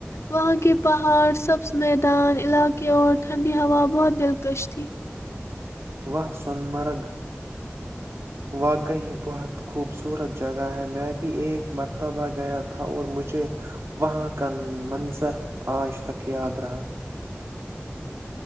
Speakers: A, on the left; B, on the right.
A: وہاں کے پہاڑ سبز میدان علاقے اور ٹھنڈی ہوا بہت دلکش تھی
B: وہ سونمرگ واقعی بہت خوبصورت جگہ ہے میں بھی ایک مرتبہ گیا تھا اور مجھے وہاں کا منظر آج تک یاد رہا